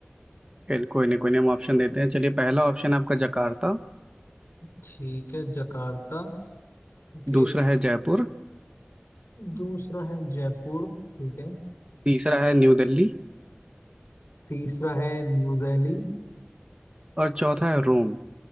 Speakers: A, on the right; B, on the left.
A: चलिए, कोई नहीं कोई नहीं हम ऑप्शन देते हैं चलिए पहला ऑप्शन आपका जकार्ता
B: ठीक है जकार्ता ओके
A: दूसरा है जयपुर
B: दूसरा है जयपुर ठीक है
A: तीसरा है न्यू दिल्ली
B: तीसरा है न्यू दिल्ली
A: और चौथा है रोम